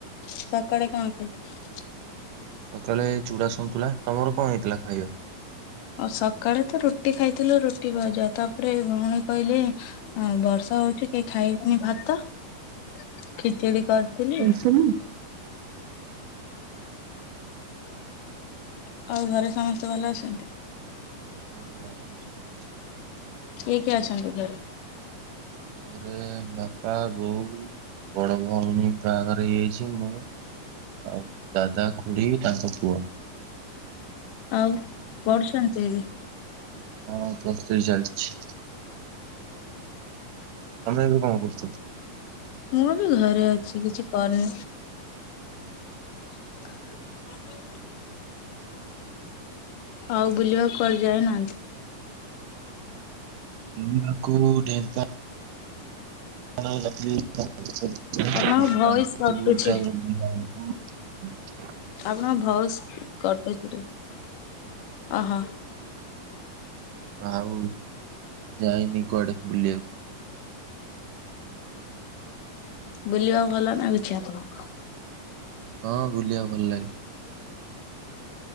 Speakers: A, on the left; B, on the right.
A: <inaudible>
B: <inaudible>
A: <inaudible> <inaudible>
B: ହଁ ଘରେ
A: <inaudible>
B: <unintelligible>
A: କିଏ କିଏ ଅଛନ୍ତି ଘରେ?
B: ଘରେ ବାପା ବୋଉ ବଡ ଭଉଣୀ ବାହାଘରେ ହେଇଯାଇଛି ମୁଁ ଆଉ ଦାଦା ଖୁଡି ତାଙ୍କ ପୁଅ।
A: ଆଉ ପଢୁଛନ୍ତି ଏବେ।
B: ହଁ ପ୍ଲସ ଥ୍ରି ଚାଲଛି।
A: <inaudible>
B: ତମେ ଏବେ କଣ କରୁଛ?
A: ମୁଁ ବି ଘରେ ଅଛି କିଛି କରିନି। <inaudible> ଆଉ ବୁଲିବାକୁ କୁଆଡେ ଯାାଇନାହାନ୍ତି।
B: ବୁଲିବାକୁ ଢେଙ୍କ ହ <unintelligible>
A: ଆପଣଙ୍କ ଭଏସ କଟୁଛି
B: <unintelligible>
A: ଆପଣଙ୍କ ଭଉସ <unintelligible> ଅ ହୋ
B: ଆଉ ଯାଇନି କୁଆଡେ ବୁଲିବାକୁ।
A: ବୁଲିବାକୁ ଭଲ ଲାଗୁଛି ଆପଣଙ୍କୁ।
B: ହଁ ବୁଲିବା ଭଲ ଲାଗେ।